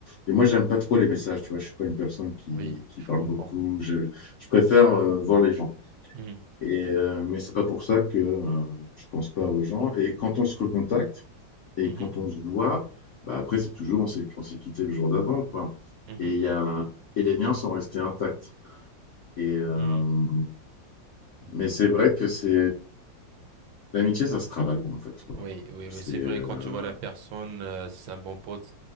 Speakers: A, on the left (about 70°); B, on the right (about 80°).
A: et moi, j'aime pas trop les messages, tu vois. Je suis pas une personne qui,
B: Oui,
A: qui
B: je
A: parle
B: comprends.
A: beaucoup. Je, je préfère euh, voir les gens.
B: Hmm,
A: Et, euh, mais c'est pas pour ça que euh, je pense pas aux gens. Et quand on se recontacte et
B: mhm,
A: quand on se voit, bah, après, c'est toujours, on s'est on s'est quitté le jour d'avant, quoi.
B: mhm,
A: Et, il y a, et les liens sont restés intacts. Et, euh,
B: hmm.
A: mais c'est vrai que c'est l'amitié, ça se travaille en fait. quoi.
B: Oui, oui, oui,
A: C'est
B: c'est vrai,
A: euh,
B: quand tu vois la personne, euh, c'est un bon pote,